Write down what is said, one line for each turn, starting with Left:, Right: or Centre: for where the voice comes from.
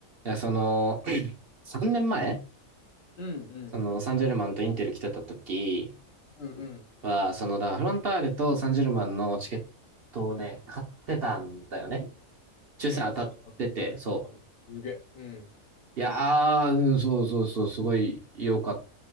Right: いや、その、3年前、
Left: うんうん。
Right: その、サンジェルマンとインテル来てた時
Left: うんうん。
Right: は、その、だからフロンターレとサンジェルマンのチケットをね、買ってたんだよね。抽選当たってて、
Left: うん、勝ってた
Right: そう。
Left: う。すげえ。うん。
Right: いやー、うんそうそうそう、すごい良かっ